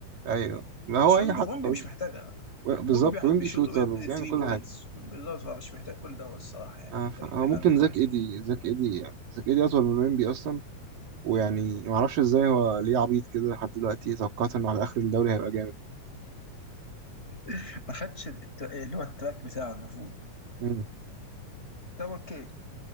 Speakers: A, on the right; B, on the left.
A: ايوه ما هو
B: بس ويمبي
A: اي حد
B: ويمبي
A: طويل
B: مش محتاجها ويمبي
A: و- بالظبط ويمبي
B: بيشوط
A: شوتر
B: اوريدي
A: وبيعمل
B: 3
A: كل
B: بوينتس
A: حاجه
B: بالظبط فمش محتاج كل ده الصراحه يعني
A: آه،
B: انت
A: ف-
B: يو
A: هو
B: كانت
A: ممكن
B: دو
A: زاك
B: اني ثينج
A: ايدي زاك ايدي يعني زاك ايدي اطول من ويمبي اصلا ويعني ما اعرفش ازاي هو ليه عبيط كده لحد دلوقتي توقعت انه على اخر الدوري هيبقى
B: <laughs> ما خدش الت- اللي هو التراك بتاعه المفروض
A: جامد
B: طب اوكي